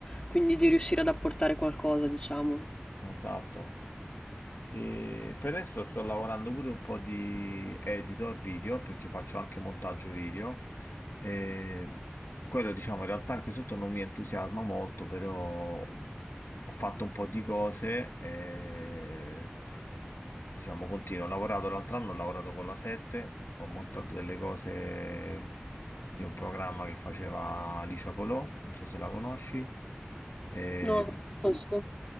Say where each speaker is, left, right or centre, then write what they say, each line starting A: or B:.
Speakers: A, on the left; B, on the left.
A: quindi di riuscire ad apportare qualcosa, diciamo.
B: Esatto. E per adesso sto lavorando pure un po' di editor video perché faccio anche montaggio video. E quello, diciamo, in realtà anche sotto non mi entusiasma molto, però ho fatto un po' di cose. E, diciamo, continuo. Ho lavorato l'altro anno, ho lavorato con la 7, ho montato delle cose di un programma che faceva Licia Colò, non so se la conosci. E
A: No, conosco.